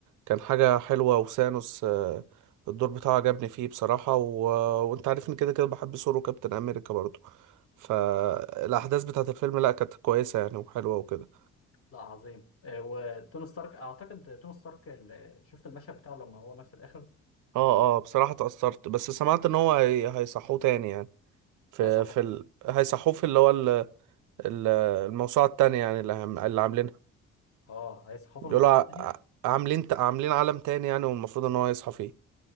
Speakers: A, on the right; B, on the left.
A: كان حاجه حلوه وسانوس آه، الدور بتاعه عجبني فيه بصراحه و... وانت عارفني كده كده بحب ثور وكابتن امريكا برضه فالاحداث بتاعت الفيلم لا كانت كويسه يعني وحلوه وكده
B: لا عظيم آه، وتوني ستارك اعتقد توني ستارك ال- شفت المشهد بتاعه لما هو مات في الاخر
A: اه اه بصراحه اتاثرت بس سمعت ان هو هي... هيصحوه تاني يعني في
B: هيصحوا
A: في ال... هيصحوه في اللي هو ال... ال- الموسوعه التانيه يعني اللي, هم... اللي عاملينها
B: اه هيصحوا
A: بيقولوا
B: الموسوعه
A: ع-
B: الثانيه
A: ع- عاملين ت- عاملين عالم تاني يعني والمفروض ان هو يصحى فيه